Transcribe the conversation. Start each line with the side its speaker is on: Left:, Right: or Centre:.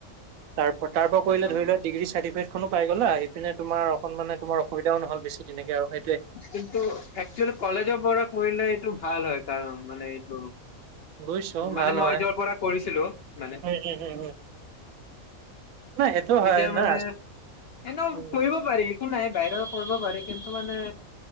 Right: তাৰ প, তাৰ পৰা কৰিলে
Left: অ',
Right: ধৰি লোৱা ডিগ্ৰী চাৰ্টিফিকেট খনো পাই গ'লা, সেইপিনে তোমাৰ অকণমানে তোমাৰ অসুবিধাও নহ'ল বেছি যেনেকে আৰু সেই
Left: কিন্তু, একচুৱেলি কলেজৰ পৰা কৰিলে এইটো ভাল হয় কাৰণ। মানে এইটো,
Right: বুজিছো ভাল
Left: মানে মই
Right: হয়
Left: য'ৰ পৰা কৰিছিলো মানে।
Right: উম উম উম উম নাই সেইটো হয়
Left: এতিয়া মানে
Right: না
Left: এনেও
Right: উম
Left: কৰিব পাৰি। একো নাই বাহিৰৰ কৰিব পাৰি কিন্তু মানে